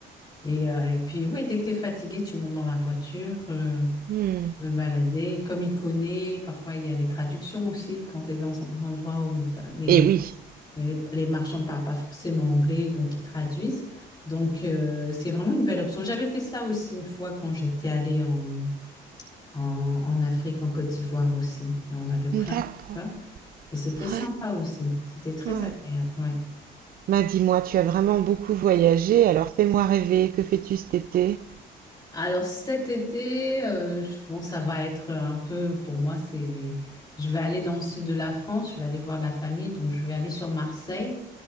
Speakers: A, on the left; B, on the right.
A: et, euh, et puis, ouais, dès que tu es fatigué, tu montes dans la voiture. euh,
B: mm.
A: me balader. Et comme il connaît, parfois il y a les traductions aussi quand tu es dans un endroit où il parle- les,
B: Et oui.
A: les, les marchands ne parlent pas forcément anglais, donc ils traduisent. Donc euh, c'est vraiment une belle option. J'avais fait ça aussi une fois quand j'étais allée en, en, en Afrique, en Côte d'Ivoire aussi. On avait pris
B: D'accord.
A: un chauffeur et c'était sympa
B: Ouais.
A: aussi. C'était très
B: Ouais.
A: agréable, ouais.
B: Bah, dis-moi, tu as vraiment beaucoup voyagé, alors fais-moi rêver, que fais-tu cet été?
A: Alors cet été, euh, je- bon, ça va être un peu, pour moi, c'est... Je vais aller dans le sud de la France, je vais aller voir la famille, donc je vais aller sur Marseille.